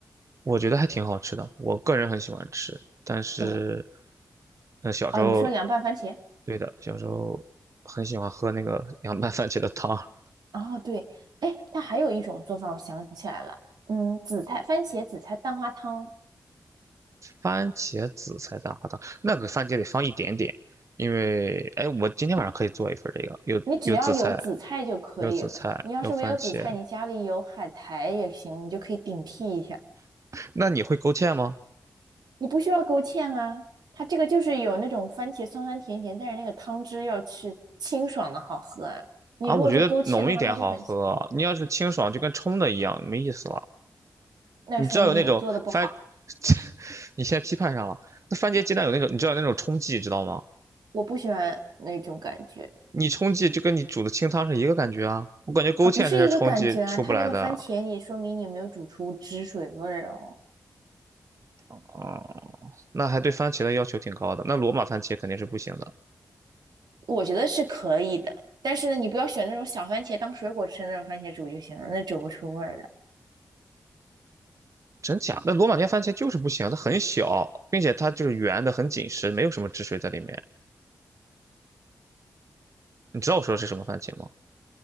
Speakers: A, on the right (about 50°); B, on the right (about 85°).
A: 我觉得还挺好吃的，我个人很喜欢吃。但是，
B: 什么？
A: 嗯，小时候，
B: 哦，你说凉拌番茄？
A: 对的，小时候很喜欢喝那个 <laughs> 凉拌番茄的汤，
B: 哦，对，哎，它还有一种做法，我想起来了，嗯，紫菜番茄紫菜蛋花汤，
A: 番茄紫菜蛋花汤，那个番茄得放一点点，因为，哎，我今天晚上可以做一份这个，有有紫菜，
B: 你只要有紫菜就可以了。
A: 有紫菜，
B: 你要是没有紫菜，
A: 有番茄。
B: 你家里有海苔也行，你就可以顶替一下。
A: 那你会勾芡吗？
B: 你不需要勾芡啊，它这个就是有那种番茄酸酸甜甜，但是那个汤汁要是清爽的好喝啊。你如果是勾芡的话，
A: 啊，我觉得浓一点好喝，
B: 它就很腥
A: 你要是清爽就跟冲的一样，没意思了。
B: 那说明你做的不好。
A: 你知道有那种番，<laughs> 你现在批判上了。那番茄鸡蛋有那种，你知道有那种冲剂，知道吗？
B: 我不喜欢那种感觉
A: 你冲剂就跟你煮的清汤是一个感觉啊。我感觉勾芡才是冲剂出不来的
B: 啊，不是一个感觉啊，它那个番茄你说明你没有煮出汁水味儿哦。
A: 啊、那还对番茄的要求挺高的。那罗马番茄肯定是不行的，
B: 我觉得是可以的，但是呢，你不要选那种小番茄当水果吃的那种番茄煮就行了，那煮不出味儿来。
A: 真假？那罗马尼亚番茄就是不行，它很小，并且它就是圆的，很紧实，没有什么汁水在里面。你知道我说的是什么番茄吗？